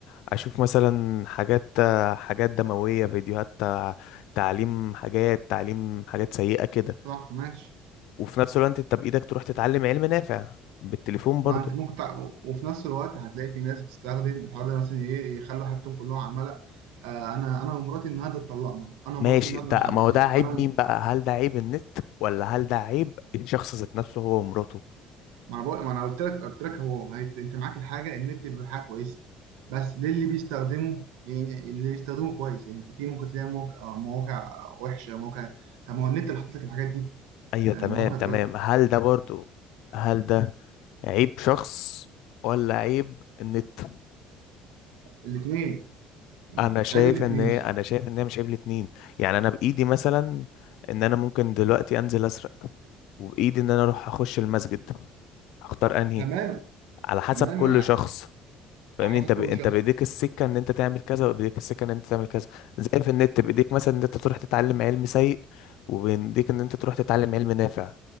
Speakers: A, on the left; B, on the right.
A: أشوف مثلا حاجات آه، حاجات دموية فيديوهات آه، تعليم حاجات تعليم حاجات سيئة كده
B: صح ماشي
A: وفي نفس الوقت أنت بإيدك تروح تتعلم علم نافع بالتليفون برضو
B: ما انت ممكن تع... وفي نفس الوقت هتلاقي في ناس بتستخدم الحوار ده مثلا ايه يخلوا حياتهم كلهم على الملأ آه انا انا ومراتي النهارده اتطلقنا انا ومراتي
A: ماشي
B: النهارده
A: ده
B: مش عارف
A: ما هو ده
B: ايه
A: عيب
B: انا
A: مين بقى هل ده عيب النت ولا هل ده عيب الشخص ذات نفسه هو ومراته
B: ما انا بقول ما انا قلت لك قلت لك هو هي- انت معاك الحاجه النت بيبقى حاجه كويسه بس ليه اللي بيستخدمه يعني اللي بيستخدمه كويس يعني انت في ممكن تلاقي موقع آه، مواقع وحشه مواقع طب ما هو النت اللي حاطط لك الحاجات دي
A: ايوه
B: يعني
A: تمام
B: المواقع
A: تمام
B: تقول
A: هل ده برضو هل ده عيب شخص ولا عيب النت
B: الاثنين
A: انا شايف
B: عيب الاثنين
A: ان هي انا شايف ان هي مش عيب الاتنين يعني انا بايدي مثلا ان انا ممكن دلوقتي انزل اسرق وبايدي ان انا اروح اخش المسجد اختار انهي
B: تمام
A: على حسب
B: تمام
A: كل
B: انا
A: شخص فاهمني
B: على حسب
A: انت ب...
B: كل
A: انت
B: شخص
A: بايديك السكه ان انت تعمل كذا وبايديك السكه ان انت تعمل كذا زي في النت بايديك مثلا ان انت تروح تتعلم علم سيء وبايديك ان انت تروح تتعلم علم نافع